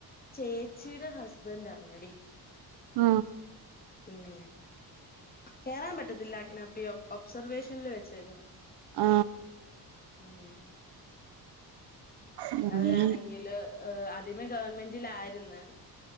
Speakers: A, on the left (about 25°); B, on the right (about 80°).
A: ചേച്ചിയുടെ ഹസ്ബൻറ്റാണടി
B: ആ
A: ഉം കേറാൻ പറ്റത്തില്ലാ <unintelligible> ഒബ്സർവേഷനിൽ വെച്ചേക്കുന്നു
B: ആ
A: ഉം
B: അങ്ങനെ
A: അവരാണെങ്കില് ഏ ആദ്യമേ ഗവൺമെന്റിലായിരുന്നു